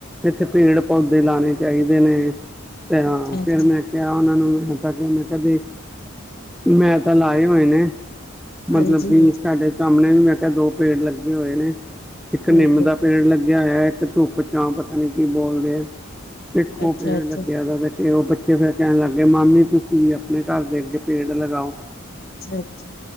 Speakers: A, in the centre; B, on the left.
A: ਇੱਥੇ ਪੇੜ ਪੌਦੇ ਲਾਉਣੇ ਚਾਹੀਦੇ ਨੇ ਤੇ ਹਾਂ
B: ਅੱਛਾ
A: ਫਿਰ ਮੈਂ ਕਿਹਾ ਉਹਨਾਂ ਨੂੰ ਮੈਂ ਤਾਂ ਕਿਹਾ ਮੈਂ ਦੇਖ, ਮੈਂ ਤਾਂ ਲਾਏ ਹੋਏ ਨੇ ਮਤਲਬ
B: ਹਾਂਜੀ
A: ਕਿ
B: ਹਾਂਜੀ
A: ਸਾਡੇ ਸਾਹਮਣੇ ਵੀ ਮੈਂ ਕਿਹਾ ਦੋ ਪੇੜ ਲੱਗੇ ਹੋਏ ਨੇ ਇੱਕ ਨਿੰਮ
B: ਹਾਂਜੀ
A: ਦਾ ਪੇੜ ਲੱਗਿਆ ਹੋਇਆ ਇੱਕ ਧੁੱਪ ਛਾਂ ਪਤਾ ਨੀ ਕੀ ਬੋਲਦੇ ਆ ਇੱਕੋ
B: ਅੱਛਾ
A: ਪੇੜ
B: ਅੱਛਾ
A: ਲੱਗਿਆ ਵ ਤੇ ਉਹ ਬੱਚੇ ਫਿਰ ਕਹਿਣ ਲੱਗ ਗਏ ਮਾਮੀ ਤੁਸੀਂ ਵੀ ਆਪਣੇ ਘਰ ਦੇ ਅੱਗੇ ਪੇੜ ਲਗਾਓ
B: ਅੱਛਾ, ਅੱਛਾ